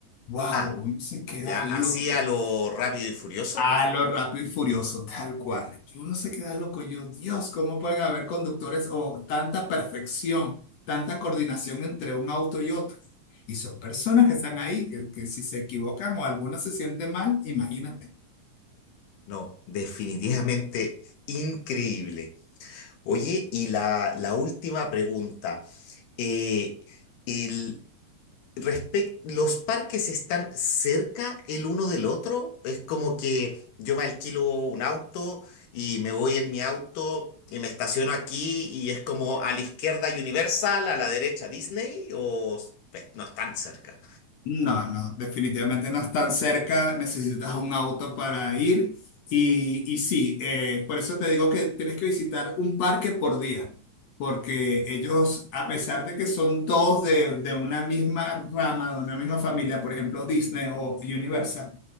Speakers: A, on the left; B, on the left.
A: ¡Wow!
B: Ah,
A: Uno se queda
B: ya, así
A: loco.
B: a lo rápido y furioso.
A: A lo rápido y furioso, tal cual. Uno se queda loco. Yo, Dios, ¿cómo pueden haber conductores o tanta perfección, tanta coordinación entre un auto y otro? Y son personas que están ahí, que, que si se equivocan o alguna se siente mal, imagínate.
B: No, definitivamente increíble. Oye, y la, la última pregunta. Eh, el, respec- ¿los parques están cerca el uno del otro? Es como que yo me alquilo un auto y me voy en mi auto y me estaciono aquí y es como a la izquierda Universal, a la derecha Disney o pues, no están cerca.
A: No, no, definitivamente no es tan cerca, necesitas un auto para ir y, y sí, eh, por eso te digo que tienes que visitar un parque por día, porque ellos, a pesar de que son todos de, de una misma rama, de una misma familia, por ejemplo Disney o Universal,